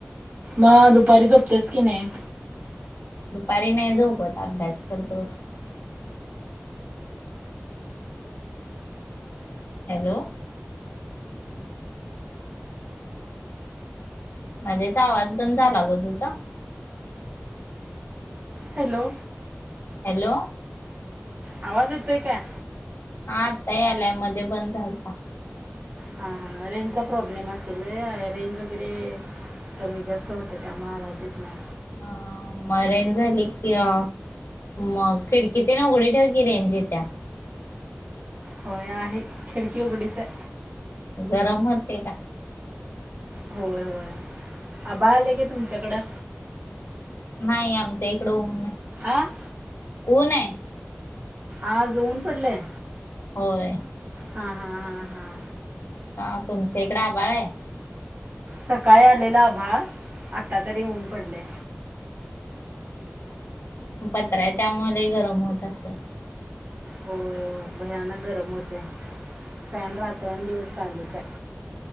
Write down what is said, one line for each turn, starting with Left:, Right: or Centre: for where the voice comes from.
Right: मग दुपारी झोपतेस की नाय?
Left: दुपारी नाही झोपत अभ्यास करत बसते. हॅलो मध्येच आवाज बंद झाला ग तुझा
Right: हॅलो
Left: हॅलो?
Right: आवाज येतंय काय?
Left: हा आत्ता यायलाय मधे बंद झालता.
Right: हां रेंजचा प्रॉब्लेम असेल लई हाय रेंज वगैरे कमी जास्त होत्या त्यामुळं आवाज येत नाय.
Left: आ मग रेंज आली की अ मग खिडकी तेन उघडी ठेव की रेंज येत्या.
Right: होय आहे खिडकी उघडीच आहे.
Left: गरम होतेय का?
Right: व्हय व्हय, आभाळ आलंय काय तुमच्याकडं?
Left: नाही आमच्या हिकडं ऊन हाय.
Right: आं?
Left: कोण ये?
Right: आज ऊन पडलंय?
Left: होय.
Right: हां-हां-हां!
Left: आ तुमच्या हिकडं आभाळ हाय?
Right: सकाळी आलेलं आभाळ... आत्ता तरी ऊन पडलंय
Left: हम <inaudible> य त्यामुळं लै गरम होत असल?
Right: होय होय भयानक गरम होतय फॅन रात्रन दिवस चालूच आहे.